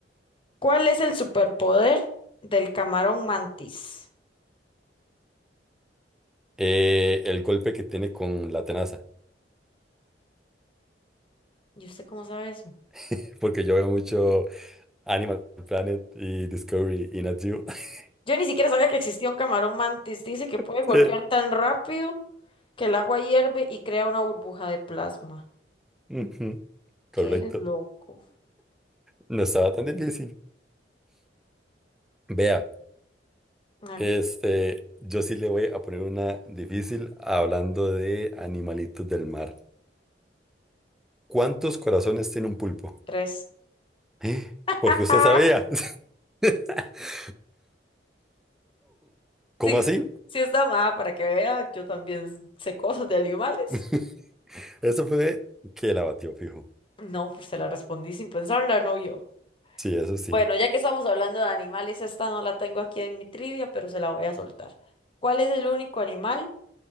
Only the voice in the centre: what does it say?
Eh, el golpe que tiene con la tenaza,
<laughs> porque yo veo mucho Animal Planet y Discovery y Nat Geo. <laughs>
Sí,
ujú, Correcto.
No estaba tan difícil. Vea.
Este, yo sí le voy a poner una difícil hablando de animalitos del mar. ¿Cuántos corazones tiene un pulpo?
¿Eh? Porque
usted sabía. <laughs> ¿Cómo
así?
<laughs> Eso fue que la batió, fijo.
Sí, eso sí.